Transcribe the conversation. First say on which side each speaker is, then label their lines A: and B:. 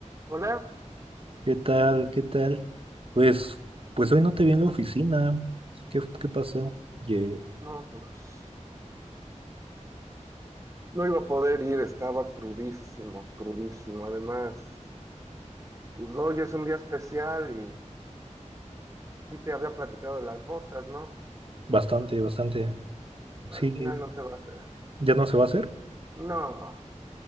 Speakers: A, on the right; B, on the right.
A: Hola,
B: ¿Qué tal? ¿Qué tal? Pues, pues hoy no te vi en la oficina. ¿Qué, qué pasó? Ye-
A: no, pues no iba a poder ir, estaba crudísimo, crudísimo. Además, pues, hoy es un día especial y sí te había platicado de las botas, ¿no?
B: bastante, bastante.
A: Al
B: Sí,
A: final no se va a hacer.
B: ¿ya no se va a hacer?
A: No,